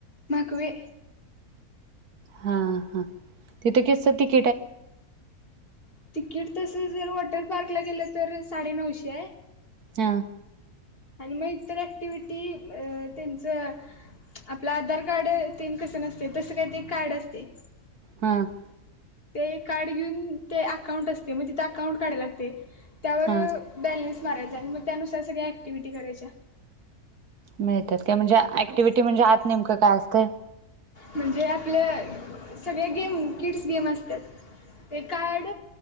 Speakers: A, on the left (about 40°); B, on the right (about 75°).
A: माकवे
B: हा हा तिथं कस त
A: तिकीट तस जर हॉटेल पार्कला गेलं तर साडे नऊशे आहे
B: हा
A: आणि मग इतर ऍक्टिव्हटी त्यांचं आपलं आधार कार्ड तन कसं नसते तसं काही ते कार्ड असते.
B: हम
A: ते कार्ड घेऊन ते अकाउंट असते मग तिथ अकाउंट काढायला लागते. त्यावर
B: हा.
A: बॅलेन्स मारायच आणि मग त्यानुसार सगळ्या ऍक्टिव्हटी करायच्या
B: मिळतात काय म्हणजे ऍक्टिव्हटी म्हणजे आत नेमकं काय असत
A: म्हणजे आपल्या सगळ्या गेम किड्स गेम असतात ते कार्ड